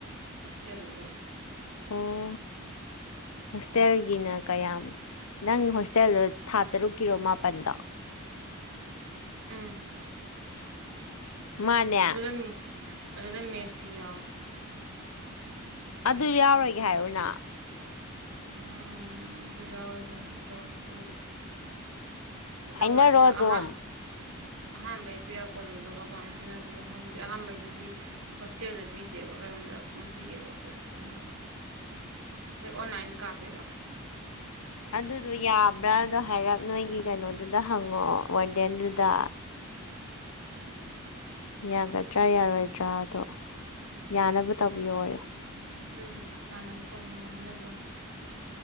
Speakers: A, on the right; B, on the left.
A: ꯍꯣꯁꯇꯦꯜ ꯂꯩꯕꯩ
B: ꯑꯣ ꯍꯣꯁꯇꯦꯜꯒꯤꯅ ꯀꯌꯥꯝ ꯅꯪ ꯍꯣꯁꯇꯦꯜꯗꯣ ꯊꯥ ꯇꯔꯨꯛꯀꯤꯔꯣ ꯃꯥꯄꯟꯗꯣ
A: ꯎꯝ
B: ꯃꯥꯅꯦ
A: <unintelligible> ꯑꯗꯨꯗ ꯃꯦꯖ ꯐꯤ ꯌꯥꯎꯋꯦ
B: ꯑꯗꯨ ꯌꯥꯎꯔꯣꯏꯒꯦ ꯍꯥꯏꯌꯣꯅ
A: ꯎꯝ ꯗꯨ ꯌꯥꯎꯔꯒꯦ ꯍꯥꯏꯕꯗꯣ ꯈꯪꯗꯦ
B: ꯍꯥꯏꯅꯔꯣ
A: ꯀꯃꯥꯏꯅ
B: ꯑꯗꯨꯝ
A: ꯑꯍꯥ ꯑꯍꯥꯟꯕꯩ ꯄꯤꯔꯛꯄꯗꯨꯗ ꯀꯃꯥꯏꯟꯅ ꯍꯥꯏꯅꯗꯣꯏꯅꯣ ꯈꯪꯗꯦ ꯑꯍꯥꯟꯕꯩꯗꯨꯗꯤ ꯍꯣꯁꯇꯦꯜꯗ ꯄꯤꯗꯦꯕ ꯀꯩꯅꯣꯝꯗ ꯎꯝ ꯄꯤꯌꯦꯕ ꯀꯔꯤ ꯑꯃ ꯈꯣꯏ ꯑꯣꯟꯂꯥꯏꯟꯗ ꯀꯥꯞꯄꯦꯕ
B: ꯑꯗꯨꯗꯣ ꯌꯥꯕ꯭ꯔꯥꯗꯣ
A: ꯎꯝ
B: ꯍꯥꯏꯔꯞ ꯅꯣꯏꯒꯤ ꯀꯩꯅꯣꯗꯨꯗ ꯍꯪꯉꯣ ꯋꯥꯔꯗꯦꯟꯗꯨꯗ ꯌꯥꯒꯗ꯭ꯔꯥ ꯌꯥꯔꯣꯏꯗ꯭ꯔꯥꯗꯣ ꯌꯥꯅꯕ ꯇꯧꯕꯤꯌꯣꯌꯨ
A: ꯑꯗꯨꯕꯨꯗꯤ ꯌꯥꯅꯕ ꯇꯧꯅꯕ ꯍꯥꯏꯅꯗꯣꯏꯅꯦ